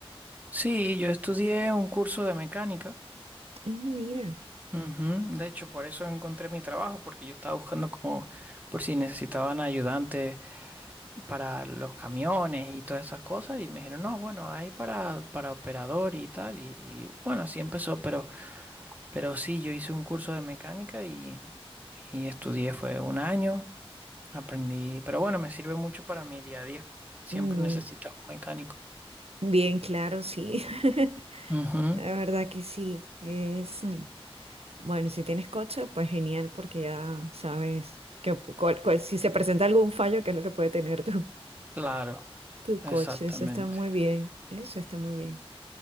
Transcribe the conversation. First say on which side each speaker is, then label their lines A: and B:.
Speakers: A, on the right; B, on the right.
A: Sí, yo estudié un curso de mecánica.
B: Mm, Mira,
A: Ujú. De hecho, por eso encontré mi trabajo, porque yo estaba buscando como por si necesitaban ayudantes para los camiones y todas esas cosas y me dijeron, no, bueno, hay para, para operador y tal y, y bueno, así empezó, pero, pero sí, yo hice un curso de mecánica y, y estudié, fue un año, aprendí, pero bueno, me sirve mucho para mi día a día, siempre
B: Mm,
A: necesito un mecánico.
B: bien claro, sí. <laughs>
A: Ujú,
B: La verdad que sí. Es mm, bueno, si tienes coche, pues genial, porque ya sabes que pu- cuál- cuál- si se presenta algún fallo, ¿qué es lo que puede tener tu,
A: claro,
B: tu
A: exactamente.
B: coche? Eso está muy bien. Eso está muy bien.